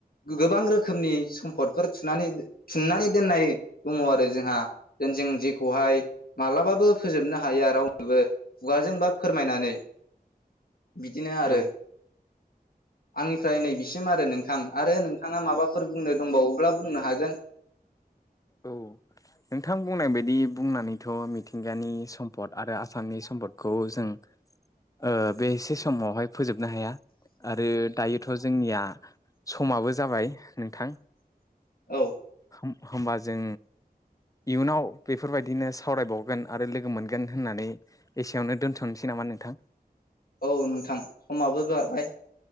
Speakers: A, on the left; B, on the left.
A: गो गोबां रोखोमनि सम्फदफोर थुनानै थुननानै दोननाय दङ आरो जोंहा जेन जों जेखौहाय मालाबाबो फोजोबनो हाया रावनोबो खुगाजों बा फोरमायनानै बिदिनो आरो
B: औ
A: आंनिफ्राय नैबिसिम आरो नोंथां आरो नोंथाङा माबाफोर बुंनो दंबावोब्ला बुंनो हागोन
B: औ नोंथां बुंनाय बायदि बुंनानैथ' मिथिंगानि सम्पद आरो आसामनि सम्पदखौ जों ओ बे एसे समावहाय फोजोब नो हाया आरो दायोथ' जोंनिया समाबो जाबाय नोंथां
A: औ
B: होनोमबा जों इयुनाव बेफोरबायदिनो सावरायबावगोन आरो लोगो मोनगोन होननानै एसेयावनो दोन्थ'नोसै नामा नोंथां
A: औ नोंथां समाबो बारबाय